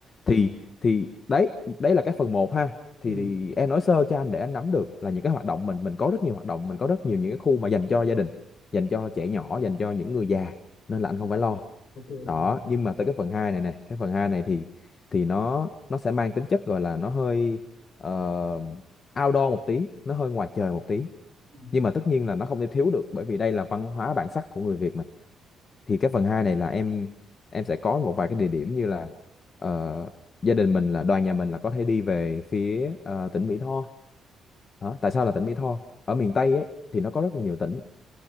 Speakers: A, on the left; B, on the left.
A: thì thì đấy đấy là cái phần một ha thì,
B: Ừ.
A: thì em nói sơ cho anh để anh nắm được là những cái hoạt động mình mình có rất nhiều hoạt động mình có rất nhiều những cái khu mà dành cho gia đình dành cho trẻ nhỏ dành cho những người già nên là anh không phải lo
B: ok ok
A: đó
B: ok ok.
A: nhưng mà tới cái phần 2 này này cái phần 2 này thì thì nó nó sẽ mang tính chất gọi là nó hơi ờ, outdoor một tí nó hơi ngoài trời một tí
B: Ừ.
A: nhưng mà tất nhiên là nó không thể thiếu được bởi vì đây là văn hóa bản sắc của người Việt mình thì cái phần 2 này là em em sẽ có một vài cái địa điểm như là ờ, gia đình mình là đoàn nhà mình là có thể đi về phía ờ, tỉnh Mỹ Tho đó tại sao là tỉnh Mỹ Tho ở miền Tây ấy thì nó có rất là nhiều tỉnh